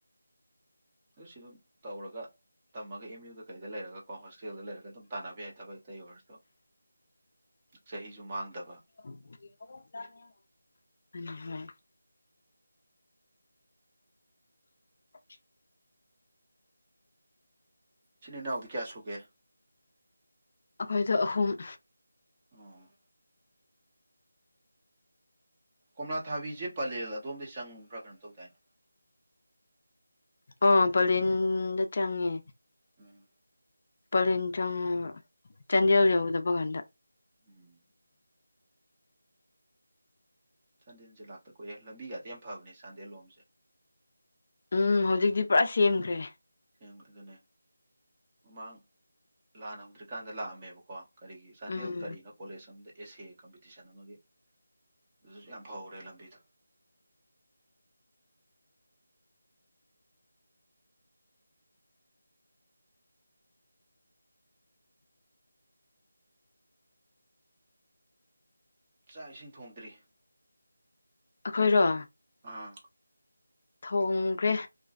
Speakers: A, on the right; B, on the left.
A: ꯑꯗꯨ ꯁꯤ ꯑꯗꯨꯝ ꯇꯧꯔꯒ ꯇꯝꯃꯒ ꯑꯦꯝ ꯌꯨꯗ ꯀꯩꯗ ꯂꯩꯔꯒ ꯀꯣ ꯍꯣꯁꯇꯦꯜꯗ ꯂꯩꯔꯒ ꯑꯗꯨꯝ ꯇꯥꯟꯅꯕ ꯌꯥꯏ ꯊꯕꯛ ꯑꯇꯩ ꯑꯣꯏꯔꯁꯨ ꯆꯍꯤꯁꯨ ꯃꯥꯡꯗꯕ
B: <unintelligible> <inaudible>
A: ꯏꯆꯤꯟ ꯏꯅꯥꯎꯗꯤ ꯀꯌꯥ ꯁꯨꯒꯦ
B: ꯑꯩꯈꯣꯏꯗꯣ ꯑꯍꯨꯝ
A: ꯎꯝ ꯀꯣꯝꯂꯥ ꯊꯥꯕꯤꯁꯦ ꯄꯂꯦꯜ ꯑꯗꯣꯝꯗꯒꯤ ꯆꯪꯕ꯭ꯔꯥ ꯀꯩꯅꯣꯝ ꯇꯧꯗꯥꯏꯅꯦ
B: ꯑꯥ ꯄꯂꯦꯟꯗ ꯆꯪꯉꯦ
A: ꯎꯝ
B: ꯄꯂꯦꯟ ꯆꯪꯡꯉꯒ ꯆꯥꯟꯗꯦꯜ ꯌꯎꯗꯕꯒꯟꯗ
A: ꯎꯝ ꯆꯥꯟꯗꯦꯜꯁꯦ ꯂꯥꯛꯇ ꯀꯨꯏꯔꯦ ꯂꯝꯕꯤꯒꯗꯤ ꯌꯥꯝ ꯐꯕꯅꯦ ꯆꯥꯟꯗꯦꯜ ꯂꯣꯝꯁꯦ
B: ꯎꯝ ꯍꯧꯖꯤꯛꯇꯤ ꯄꯨꯔꯥ ꯁꯦꯝꯈ꯭ꯔꯦ
A: ꯁꯦꯝ ꯑꯗꯨꯅꯦ ꯃꯃꯥꯡ ꯂꯥꯟ ꯍꯧꯗ꯭ꯔꯤꯀꯥꯟꯗ ꯂꯥꯛꯑꯝꯃꯦꯕꯀꯣ ꯀꯔꯤꯒꯤ ꯆꯥꯟꯗꯦꯜ
B: ꯎꯝ
A: ꯀꯔꯤꯅꯣ ꯀꯣꯂꯦꯖ ꯑꯃꯗ ꯑꯦꯁ ꯑꯦ ꯀꯝꯄꯤꯇꯤꯁꯟ ꯑꯃꯒꯤ ꯑꯗꯨꯁꯨ ꯌꯥꯝ ꯐꯥꯍꯧꯔꯦ ꯂꯝꯕꯤꯗꯣ ꯆꯥꯛ ꯏꯁꯤꯡ ꯊꯣꯡꯗ꯭ꯔꯤ
B: ꯑꯩꯈꯣꯏꯔꯣ
A: ꯑꯥ
B: ꯊꯣꯡꯈ꯭ꯔꯦ